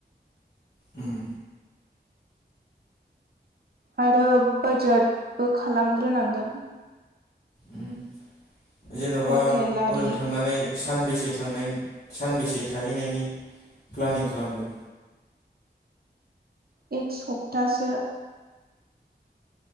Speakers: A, on the left (about 45°); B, on the right (about 60°).
A: उम
B: आरो बाजेटबो खालामग्रोनांगोन
A: उम जेन'बा
B: हटेल आरि
A: हजों थांनानै सानबेसे थांनायनि सानबेसे थाहैनायनि प्लानिं खालामदों
B: एक सप्तासो